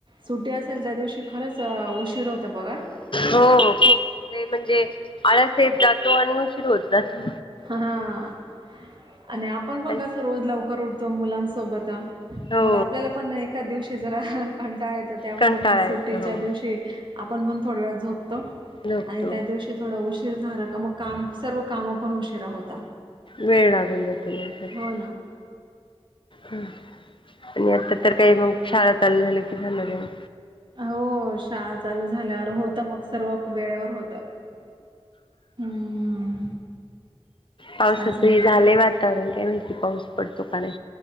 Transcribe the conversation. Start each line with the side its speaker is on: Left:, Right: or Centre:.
Right: सुट्टी असेल त्या दिवशी खरंच अ, उशीर होता बघा
Left: हो हो खूप ते म्हणजे आळस येत जातो आणि उशीर होत जातो.
Right: हा आणि आपण पण
Left: आणि
Right: कसं रोज लवकर उठतो मुलांसोबतं
Left: हो
Right: मग आपल्याला पण नाई एखात दिवशी तेच जरा कंटाळा येतो त्यामुळं
Left: कंटाळा
Right: मग सुट्टीच्या
Left: येतो हो
Right: दिवशी आपण पण थोड्या वेळत झोपतो
Left: झोपतो
Right: आणि त्या दिवशी थोडं उशीर झाला का मग काम सर्व कामं पण उशिरा होता
Left: वेळ लागून जातो माणसाला
Right: हो ना.
Left: आणि आता तर काही मग शाळा चालू झाल्या कि झाल्या मग
Right: हो शाळा चालू झाल्यावर होत मग सर्व वेळेवर होतं. हम्म.
Left: पावसाचं
Right: अजून
Left: हे
Right: काय?
Left: झालंय वातावरण काय माहिती पाऊस पडतो का नाही.